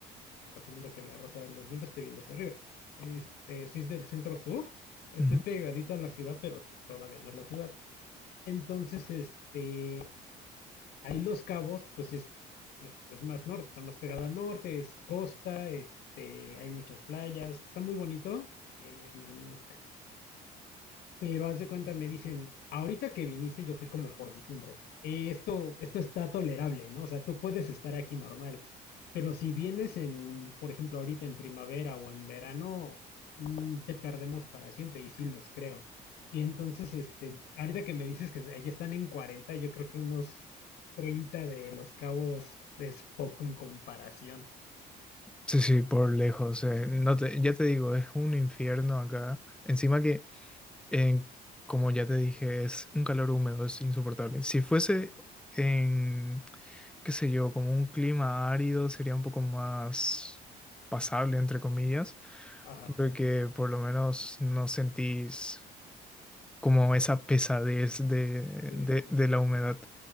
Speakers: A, on the left (about 80°); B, in the centre.
A: eh, asumiendo que la rosa de los vientos esté viendo hacia arriba. Este, soy del centro sur, estoy
B: ujú.
A: pegadito a la ciudad, pero todavía no es la ciudad. Entonces, este, Ahí Los Cabos, pues es, es, es más norte, está más pegado al norte, es costa, este, hay muchas playas, está muy bonito. Em, pero haz de cuenta, me dicen, ahorita que viniste, yo fui como por diciembre. eh, esto, esto está tolerable, ¿no? O sea, tú puedes estar aquí normal, pero si vienes en, por ejemplo, ahorita en primavera o en verano, mm, te perdemos para siempre, y sí los creo. Y entonces, este, ahorita que me dices que allá están en 40, yo creo que unos 30 de Los Cabos es poco en comparación.
B: Sí, sí, por lejos. eh, no te- ya te digo, es un infierno acá. Encima que... en- como ya te dije, es un calor húmedo, es insoportable. Si fuese en, qué sé yo, como un clima árido, sería un poco más pasable, entre comillas,
A: Ajá.
B: porque por lo menos no sentís como esa pesadez de,
A: Sí.
B: de de la humedad.